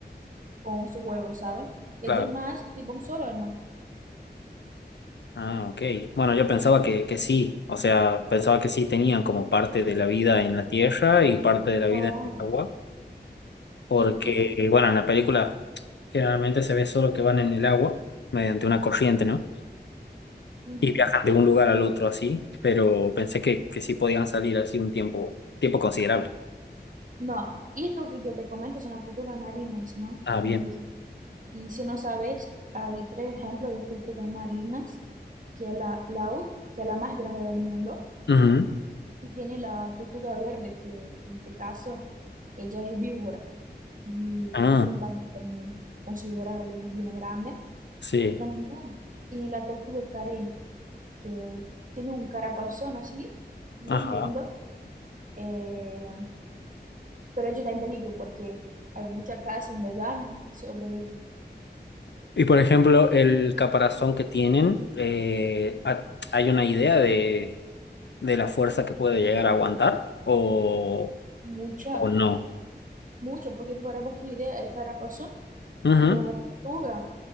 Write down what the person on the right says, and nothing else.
con sus huevos, ¿sabes? Ellos
nacen tipo un solo, hermano.
No,
mm, mm,
ujú.
No, esto que yo te comento son las tortugas marinas, ¿no?
Que
me dijiste. Y si no sabes, hay tres ejemplos de tortugas marinas, que es la laúd, que es la más grande del mundo,
y tiene la tortuga verde, que en este caso ella es víbora. y
tiene un tamaño también considerable, bien grande.
Y también tiene la tortuga carey, que tiene un carapazón así, muy
lindo, eh, pero ella está en peligro porque hay mucha caza ilegal sobre ella.
Mucha,
mucha, porque para vos tener idea, el carapazón
de una tortuga,